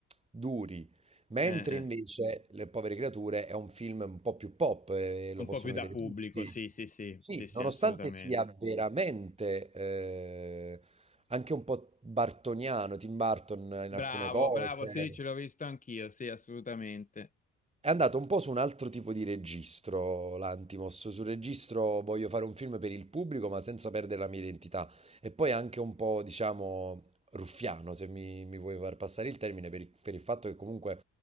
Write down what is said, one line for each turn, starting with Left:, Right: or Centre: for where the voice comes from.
Right: duri, mentre
Left: Eh, eh.
Right: invece Le povere creature è un film un po' più pop eh, e
Left: Un
Right: lo possono
Left: po' più da
Right: vedere
Left: pubblico,
Right: tutti.
Left: sì, sì, sì,
Right: Sì,
Left: sì, sì,
Right: nonostante
Left: assolutamente.
Right: sia veramente eh, anche un po' bartoniano, Tim Burton in
Left: Bravo,
Right: alcune cose.
Left: bravo, sì, ce l'ho visto anch'io, sì, assolutamente.
Right: È andato un po' su un altro tipo di registro, l'Antimos, sul registro voglio fare un film per il pubblico ma senza perdere la mia identità e poi anche un po', diciamo, ruffiano, se mi, mi vuoi far passare il termine, per, il per il fatto che comunque